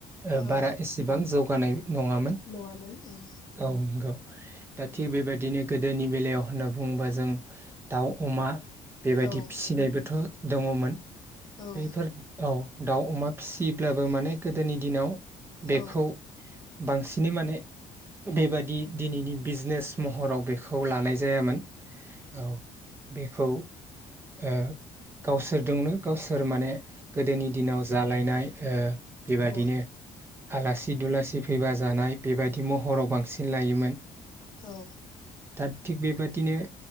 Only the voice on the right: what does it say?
ओ
बारा एसेबां जौ। बानाय नङामोन
औ नंगौ दा थिग बेबायदिनो गोद दोनि बेलायाव होनना बुङोबा जों दाउ अमा बेबायदि
फिसिनायबोथ'। दङमोन।
बेफोर औ। दाउ अमा फिसियोब्लाबो माने गोदोनि दिनाव। बेखौ।
बांसिनै माने बेबादि दिनैनि बिजनेस महराव बेखौ लानाय जायामोन औ बे खौ ओ गावसोरदोंनो गावसोर माने गोदोनि दिनाव जालायनाय ओ‌ बेबादिनो
आलासि‌ सि फैबा जानाय बेबायाददि महराव बांसिन लायोमोन।
दा थिग बेबाद दिनो